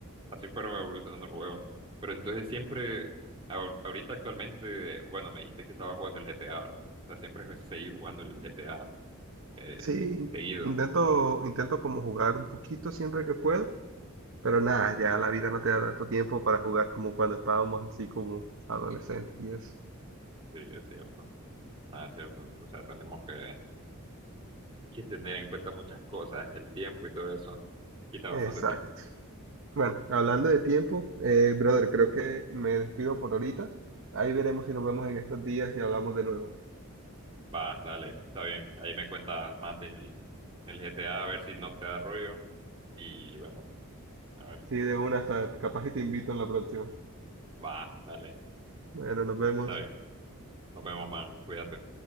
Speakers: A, on the right; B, on the right.
A: así fueron evolucionando el juego. Pero entonces siempre, ahor- ahorita actualmente, bueno, me dijiste que estaba jugando el GTA, ¿verdad? O sea, siempre seguí jugando el GTA eh,
B: Sí,
A: seguido.
B: intento, intento como jugar un poquito siempre que puedo, pero nada, ya la vida no te da tanto tiempo para jugar como cuando estábamos así como adolescentes y eso.
A: Sí, es cierto. Nada, es cierto. O sea, tenemos que, que tener en cuenta muchas cosas, el tiempo y todo eso. Quita
B: Exacto.
A: bastante tiempo.
B: Bueno, hablando de tiempo, eh, brother, creo que me despido por ahorita. Ahí veremos si nos vemos en estos días y hablamos de nuevo.
A: Va, dale, está bien. Ahí me cuentas más del, del GTA, a a ver si no te da rollo. Y bueno, a ver,
B: Sí, de una hasta capaz y te invito en la próxima.
A: va, dale,
B: Bueno, nos vemos.
A: está bien. Nos vemos, man. Cuídate.